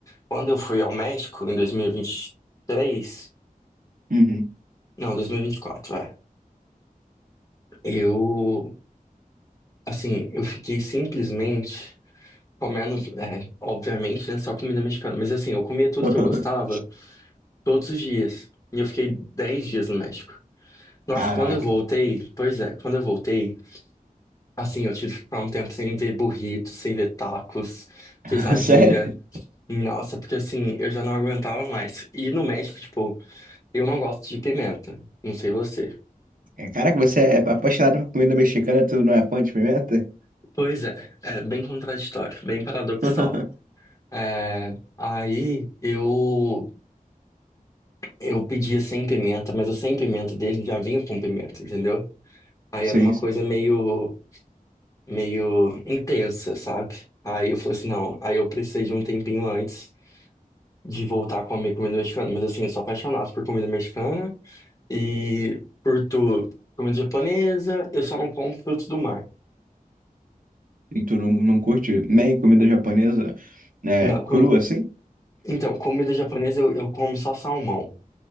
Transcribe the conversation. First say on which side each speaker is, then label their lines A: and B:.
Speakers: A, on the left; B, on the right.
A: quando eu fui ao México em dois mil e vinte e três
B: Uhum.
A: Não, 2024, é. Eu. Assim, eu fiquei simplesmente comendo. É, obviamente, né? Só comida mexicana. Mas assim, eu comia tudo
B: <laughs>
A: que eu gostava todos os dias. E eu fiquei 10 dias no México. Nossa,
B: Caraca.
A: quando eu voltei. Pois é, quando eu voltei. Assim, eu tive que ficar um tempo sem ver burritos sem ver tacos,
B: <laughs>
A: quesadilha.
B: Sério?
A: Nossa, porque assim, eu já não aguentava mais. E no México, tipo, eu não gosto de pimenta. Não sei você.
B: É, Caraca, você é apaixonado por comida mexicana, tu não é fã de pimenta?
A: Pois é, é bem contraditório, bem paradoxal.
B: <laughs>
A: É, aí eu eu pedia sem pimenta, mas o sem pimenta dele já vinha com pimenta, entendeu? Aí
B: Sim,
A: era uma
B: sim.
A: coisa meio meio intensa, sabe? Aí eu falei assim, não, aí eu precisei de um tempinho antes de voltar a comer comida mexicana, mas assim, eu sou apaixonado por comida mexicana. E curto comida japonesa, eu só não como frutos do mar.
B: E tu não, não curte nem comida japonesa né,
A: Não,
B: crua
A: comi-
B: assim?
A: Então, comida japonesa eu, eu como só salmão,